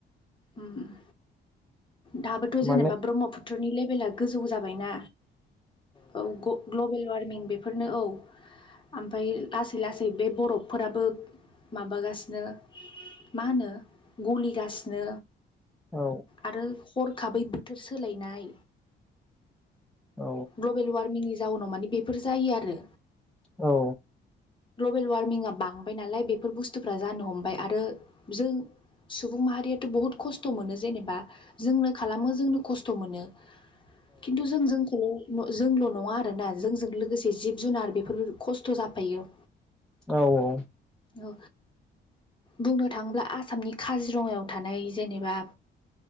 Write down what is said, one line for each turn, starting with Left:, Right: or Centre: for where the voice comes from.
Left: उम दाबोथ' जेनेबा
Centre: माने
Left: ब्रह्मपुत त्रनि लेभेला गोजौ जाबायना औ ग- ग्ल'बेल वार्म फार्मिं बेफोरनो औ ओमफ्राय लासै लासै बे बरफफोराबो माबागासिनो मा होनो गलिगासिनो नो
Centre: औ
Left: आरो हरखाबै बोथोर सोलायनाय
Centre: औ
Left: ग्लबेल वार्मिंनि जाउनाव मानि बेफोर जायो आरो।
Centre: औ
Left: ग्लबेल वार्मिंआ बांबाय नालाय बेफोर बुस्थुफ्रा जानो हमबाय आरो जों सुबुं माहारियाथ' बहुद खस्थ' मोनो जेनेबा जोंनो खालामो जोंनो खस्थ' मोनो। खिन्थु जों जोंखौनो जोंल' नङा आरोना जोंजों लोगोसे जिब जुनार बेफोरबो खस्थ' जाफायो।
Centre: औ औ
Left: औ बुंनो थाङोब्ला आसामनि काजिरङायाव थानाय जेनेबा